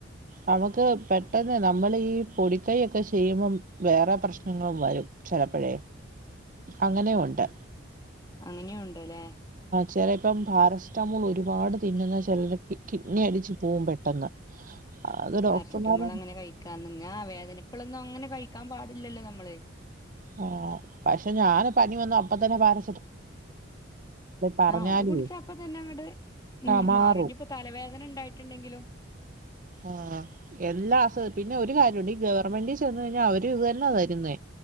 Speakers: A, on the right (about 40°); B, on the left (about 20°).
A: നമുക്ക് പെട്ടെന്ന് നമ്മളീ പൊടിക്കൈയൊക്കെ ചെയ്യുമ്പം വേറെ പ്രശ്നങ്ങളും വരും ചെലപ്പഴേ അങ്ങനേ ഒണ്ട്.
B: അങ്ങനെ ഒൺ ണ്ട് ല്ലേ
A: ചെലേപ്പം പാരസ്റ്റമോളൊരുപാട് തിന്നുന്ന ചെലര് കിഡ് കിഡ്നി അടിച്ചു പോം പെട്ടെന്ന് അത്
B: പാരസെറ്റമോൾ
A: ഡോക്ടർമാർ
B: അങ്ങനെ കഴിക്കാങ്ങ വേദനക്ക അങ്ങനെ കഴിക്കാൻ പാടില്ലല്ലോ നമ്മള്
A: ഓ പക്ഷെ ഞാന് പനി വന്നു അപ്പ തന്നെ പാര പറഞ്ഞാലുവേ
B: ആ അത് കുടിച്ചപ്പ തന്നെ അങ്ങട്ട ഉ
A: ആ മാറും
B: മാറിഞ്ഞ ഇപ്പോ തലവേദന ഉണ്ടായിട്ടുണ്ടെങ്കിലോ
A: ആഹ എല്ലാ അ പിന്നെ ഒരു കാര്യമുണ്ട് ഈ ഗവൺമെന്റിൽ ചെന്ന് കഴിഞ്ഞാൽ അവരും ഇതന്നെ തരുന്നേ